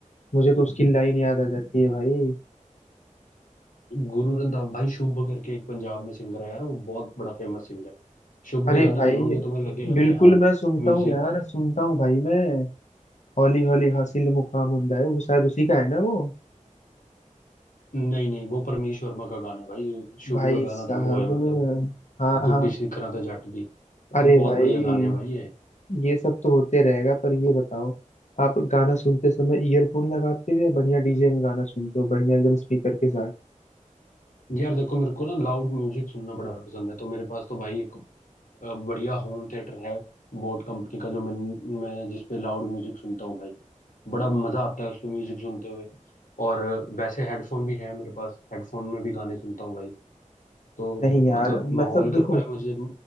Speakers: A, on the left; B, on the left.
A: मुझे तो उसकी लाइन याद आ जाती है भाई
B: गुरु रंधावा भाई शुभ करके एक पंजाब में सिंगर है यार वो बहुत बड़ा फेमस सिंगर है शुभ
A: अरे
B: के गाने
A: भाई
B: सुनोगे तुम्हें लगेगा
A: बिल्कुल
B: कि हाँ
A: मैं सुनता
B: म्यूजिक
A: हूँ यार सुनता हूँ भाई मैं हौली हौली हासिल मुकाम उन्दा है वो शायद उसी का है ना वो
B: नहीं नहीं वो परमीश वर्मा का गाना है भाई शुभ
A: भाई
B: का गाना
A: साहब
B: तो वो है मतलब
A: हाँ
B: गुड्डी
A: हाँ
B: शिखरा ते जट दी मतलब
A: अरे
B: बहुत
A: भाई
B: बढ़िया गाने हैं भाई ये
A: ये सब तो होते रहेगा पर ये बताओ आप गाना सुनते समय ईयरफोन लगाते हो या बढ़िया डीजे में गाना सुनते हो बढ़िया एकदम स्पीकर के साथ
B: यार देखो मेरे को ना लाउड म्यूजिक सुनना बड़ा पसंद है तो मेरे पास तो भाई एक अ, बढ़िया होम थिएटर है बोट कंपनी का जो मैं मैं जिस पे लाउड म्यूजिक सुनता हूँ भाई बड़ा मजा आता है उस पे म्यूजिक सुनते हुए और वैसे हेडफोन भी है मेरे पास हेडफोन में भी गाने सुनता हूँ भाई तो
A: नहीं यार
B: मतलब
A: मतलब
B: माहौल
A: देखो
B: के ऊपर है मुझे